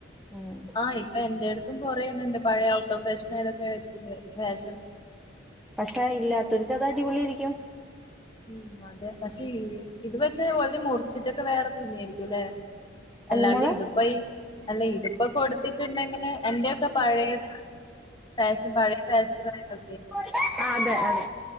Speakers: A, in the centre; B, on the left.
A: ഉം
B: ആയി ആഹ് എന്റെടുത്തും കൊറേഎണ്ണണ്ട് പഴയ ഔട്ട് ഓഫ് ഫാഷനായതൊക്കെ ഫാഷൻ
A: പക്ഷേ ഇല്ലാത്തവര്ക്കത് അടിപൊളി ആയിരിക്കും
B: ഉം അതെ പക്ഷെ ഇത് പക്ഷേ ഒവര് മുറിച്ചിട്ടൊക്കെ വേറെ തുന്നിയായിരിക്കും അല്ലേ അല്ലാണ്ട്
A: എന്താ മോളെ
B: ഇതിപ്പയി അല്ല ഇതിപ്പൊ കൊടുത്തിട്ടുണ്ടെങ്കില് എന്റെയൊക്കെ പഴയതാണ് ഫേഷം പഴയ ഫേഷനായതൊക്കെ
A: ആഹ് അതെ അതെ